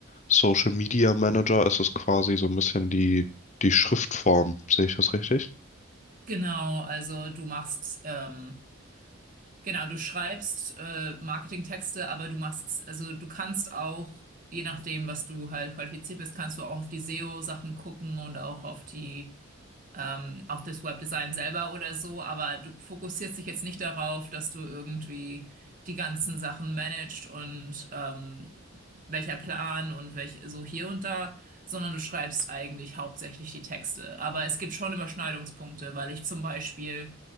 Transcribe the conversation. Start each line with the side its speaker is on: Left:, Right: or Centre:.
Left: Social Media Manager ist es quasi so ein bisschen die, die Schriftform. Sehe ich das richtig?
Right: Genau, also du machst, ähm, genau, du schreibst äh, Marketingtexte, aber du machst, also du kannst auch, je nachdem, was du halt qualifiziert bist, kannst du auch auf die SEO-Sachen gucken und auch auf die ähm, auf das Webdesign selber oder so, aber du fokussierst dich jetzt nicht darauf, dass du irgendwie die ganzen Sachen managst und ähm, welcher Plan und welch so hier und da, sondern du schreibst eigentlich hauptsächlich die Texte. Aber es gibt schon Überschneidungspunkte, weil ich zum Beispiel,